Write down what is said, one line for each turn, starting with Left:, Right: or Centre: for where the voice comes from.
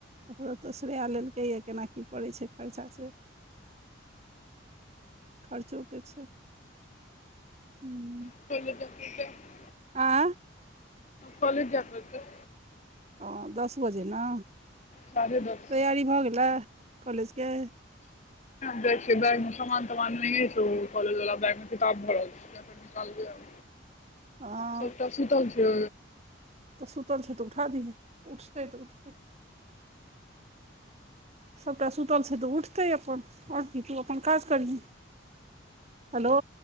Right: ओकरो तऽ श्रेया लेलकै यऽ केना कीऽ पड़ै छैय खर्चा से खर्चोे केऽ छै। हम्म।
Left: <unintelligible>
Right: आँ
Left: कॉलेज जय परतैय।
Right: ओ दस बजे न
Left: साढ़े दस
Right: तैयारी भऽ गेलै कॉलेज केऽ
Left: जाय छिये बैग में समान तमान नहिये छौ कॉलेज वला बैग में किताब भरल निकालबै आब
Right: हँ
Left: सबटा सुतल छै
Right: तऽ सुतल छैे तऽ उठा दिहे उठतै तऽ उठतै सबटा सुतल छै तऽ उठतै अपन और की तू अपन काज करिहें हलो